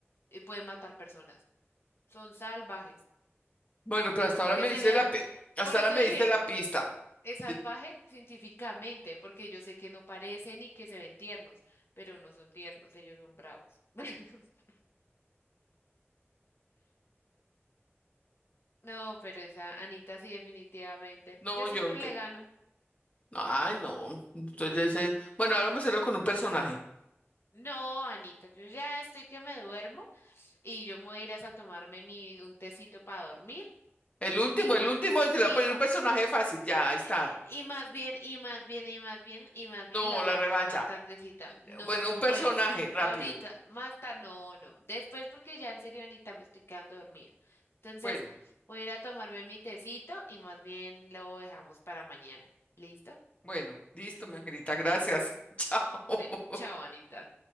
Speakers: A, on the left; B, on the left.
A: y pueden matar personas. Son salvajes.
B: Bueno, pero hasta ahora
A: Que
B: me
A: se
B: dice
A: vean,
B: la, pi- hasta
A: por
B: ahora
A: eso
B: me
A: dije.
B: diste la pista.
A: Es salvaje
B: Te-
A: científicamente, porque yo sé que no parecen y que se ven tiernos, pero no son tiernos, ellos son bravos. <laughs> No, pero esa Anita sí, definitivamente.
B: No,
A: Yo siempre
B: yo
A: le gano.
B: Ay, no. Entonces ya dice, bueno, ahora me salió con un personaje.
A: No, Anita, yo ya estoy que me duermo y yo me voy a ir a tomarme mi, un tecito para dormir
B: El último,
A: y, mo-
B: el último, y se
A: y,
B: le va a poner
A: mo-
B: un personaje fácil. Ya, ahí está.
A: En- Y más bien, y más bien, y más bien, y más bien
B: No,
A: lo hablamos
B: la revancha.
A: más tardecita. No,
B: Bueno, un personaje,
A: bueno,
B: rápido.
A: ahorita, más tarde, no, no. Después porque ya en serio, Anita, me estoy quedando dormida. Entonces,
B: Bueno,
A: voy a ir a tomarme mi tecito y más bien lo dejamos para mañana. ¿Listo?
B: bueno, listo,
A: <laughs>
B: mi angelita, gracias. <laughs> Chao.
A: Bueno, chao, Anita.